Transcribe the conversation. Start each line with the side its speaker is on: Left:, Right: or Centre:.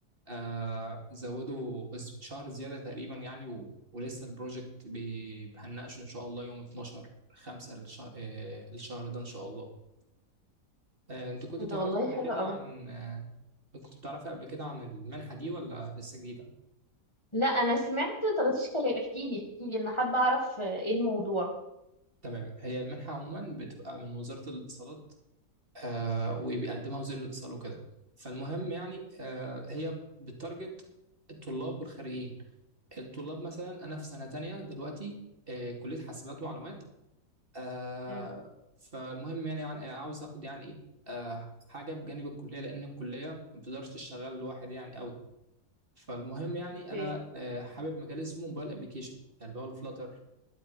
Right: آه، زودوا أس- شهر زيادة تقريبا يعني و... ولسه البروجكت بي- هنناقشه ان شاء الله يوم 12 5 الشهر, الشهر ده ان شاء الله آه، انت كنت
Left: إيه
Right: تعرف
Left: ده والله
Right: قبل
Left: حلو
Right: كده
Left: قوي
Right: عن آه، كنت بتعرف قبل كده عن المنحة دي ولا لسه جديدة؟
Left: لا انا سمعت طرطيش كلام احكي لي احكي لي انا حابه اعرف ايه الموضوع
Right: تمام هي المنحة عموما بتبقى من وزارة الاتصالات آه، وبيقدمها وزير الاتصال وكده فالمهم يعني آه، هي بتارجت الطلاب والخريجين الطلاب مثلا أنا في سنة تانية دلوقتي آه، كلية حاسبات ومعلومات آه،
Left: مم،
Right: فالمهم يعني عن- عاوز آخد يعني إيه آه، حاجة بجانب الكلية لأن الكلية ما بتقدرش تشتغل لوحد يعني أوي فالمهم يعني
Left: اوكي
Right: انا آه، حابب مجال اسمه موبايل ابلكيشن اللي هو الفلاتر